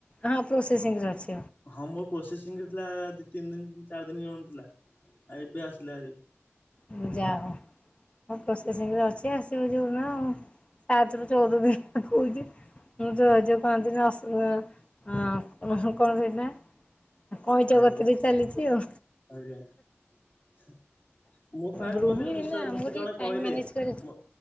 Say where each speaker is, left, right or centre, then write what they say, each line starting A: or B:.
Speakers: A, on the left (about 25°); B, on the left (about 45°).
A: ହଁ ପ୍ରୋସେସିଂରେ ଅଛି
B: ହଁ ମୋର ପ୍ରୋସେସିଂ ରେ ଥିଲା-ଆ-ଆ ଦି ତିନି ଦିନ ଚାରି ଦିନ କଣ ଥିଲା ଏବେ ଆସିଲା ହାରି।
A: ଉଁ ଯା ହଉ। ଆଉ ପ୍ରୋସେ ସିଂ ରେ ଅଛି ଆସିବ ଯୋଉ ଦିନ-ଅ-ଅ ସାତ ରୁ ଚଉଦ ଦିନ କହୁଚି। ମୁଁ ଯୋଉ ଆ ଯୋଉ କହନ୍ତିନି ଆସ ଅଁ-ଅ-ଅ ହ କଣ ସେଇଟା? କଇଁଚ
B: ଆଜ୍ଞା
A: ଗତିରେ ଚାଲିଛି ଆଉ।
B: ଆଜ୍ଞା ସେ ମୁଁ ଫାଷ୍ଟ
A: ଗୃହିଣୀ
B: ମାନେ ବିଶ୍ୱାସ
A: ନା ଆମକୁ
B: ମତେ
A: ଟିକେ
B: ଜଣେ
A: ଟାଇମ୍
B: କହିଲେ
A: ମ୍ୟାନେଜ୍ କରି
B: ମ